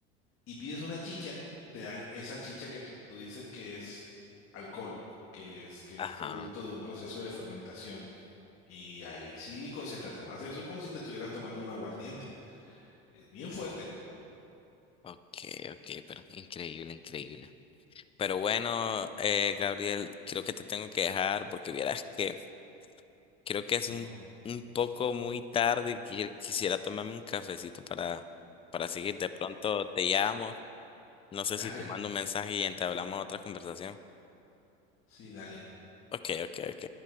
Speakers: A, on the left; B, on the left.
A: y pides una chicha, te dan esa chicha que tú dices que es alcohol, que es, que
B: Ajá,
A: es producto de un proceso de fermentación. Y ahí sí, co- se te tomas eso como si te estuvieras tomando un aguardiente. Es bien fuerte.
B: ok, ok, pero increíble, increíble. Pero bueno, eh, Gabriel, creo que te tengo que dejar porque vieras que creo que es
A: No.
B: un, un poco muy tarde y qui- quisiera tomarme un cafecito para, para seguir. De pronto te llamo, no sé
A: Dale,
B: si te mando un mensaje y entablamos otra conversación.
A: sí, dale.
B: Ok, ok, ok.